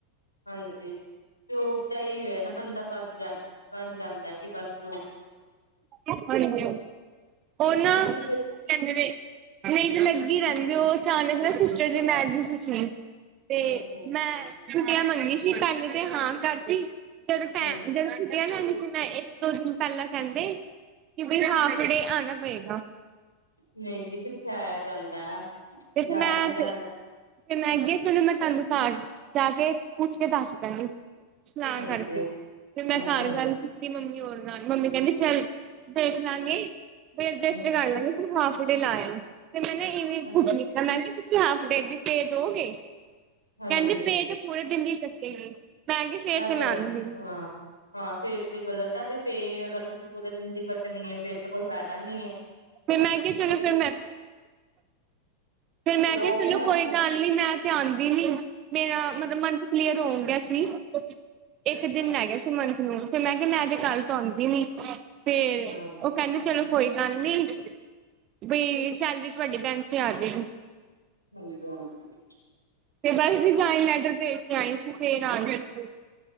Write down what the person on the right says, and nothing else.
ਹਾਂਜੀ, ਉਹ ਨਾ
ਕਹਿੰਦੇ ਨੇ ਨਹੀਂ ਤੇ ਲੱਗੀ ਰਹਿੰਦੀ, ਉਹ ਅਚਾਨਕ ਨਾ ਸਿਸਟਰ ਦੀ ਮੈਰਿਜ ਚ ਸੀ। ਤੇ
ਮੈਂ ਛੁੱਟੀਆਂ ਮੰਗੀ ਸੀ, ਪਹਿਲੇ ਤੇ ਹਾਂ ਕਰਤੀ, ਜਦੋਂ ਟੈ,
ਜਦੋਂ ਛੁੱ ਇੱਕ ਦੋ ਦਿਨ ਪਹਿਲਾਂ ਕਹਿੰਦੇ, ਕਿ ਬਈ ਹਾਫ ਡੇ ਆਉਣਾ ਪਏਗਾ।
ਦੇਖੋ
ਮੈਂ,
ਤੇ ਫੈ ਮੈਂ ਕਿਹਾ ਚਲੋ, ਮੈਂ ਤੁਹਾਨੂੰ ਘਰ ਜਾ ਕੇ, ਪੁੱਛ ਕੇ ਦੱਸ ਦਾਂਗੀ।। ਸਲਾਹ
ਕਰਕੇ, ਤੇ ਮੈਂ
ਘਰ
ਗੱਲ ਕੀਤੀ। ਮੰਮੀ ਹੋਰ ਨਾਲ, ਮੰਮੀ ਕਹਿੰਦੀ, ਚੱਲ ਦੇਖ ਲਾਂਗੇ ਵੀ ਅਡਜਸਟ
ਕਰ ਲਾਂਗੇ। ਹਾਫ ਡੇ ਲਾ ਆਈ, ਤੇ ਮੈਂ ਨਾ ਇਵੇਂ ਕੁਛ
<unintelligible> ਤੁਸੀਂ ਹਾਫ ਡੇ ਦੀ ਪੇ ਦੋਗੇ,
ਕਹਿੰਦੀ ਪੇ ਤੇ ਪੂਰੇ ਦਿਨ ਦੀ ਕੱਟੇਗੀ। ਮੈਂ ਕਿਹਾ ਫੇਰ
ਮੈਂ
ਆਉਂਗੀ।
ਫੇਰ, ਮੈਂ ਕਿਹਾ, ਚਲੋ
ਫਿਰ ਮੈਂ ਫਿਰ ਮੈਂ
ਕਿਹਾ,
ਚਲੋ
ਕੋਈ
ਗੱਲ ਨੀ, ਮੈਂ ਤੇ ਆਉਂਦੀ ਨਹੀ, ਮੇਰਾ ਮਤਲਬ
ਮੰਥ ਕਲੀਅਰ ਹੋਣ ਗਿਆ ਸੀ, ਇੱਕ ਦਿਨ
ਰਹਿ ਗਿਆ ਸੀ, ਮੰਥ ਨੂੰ। ਫੇਰ ਮੈਂ ਕਿਹਾ, ਮੈਂ ਤੇ ਕੱਲ ਤੋਂ ਆਉਂਦੀ ਨੀ, ਫੇਰ
ਉਹ ਕਹਿੰਦੇ, ਚਲੋ
ਕੋਈ ਗੱਲ ਨੀ, ਬਈ ਸੈਲਰੀ ਤੁਹਾਡੇ ਬੈਂਕ ਚ ਆ, ਜੇ ਗੀ।
ਤੇ, ਬਸ ਜੀ, ਜੁਆਇਨ ਲੈਟਰ ਭੇਜ ਕੇ ਆਈ ਸੀ, ਫੇਰ ਆ ਗਏ ਸੀ, ਗੇ।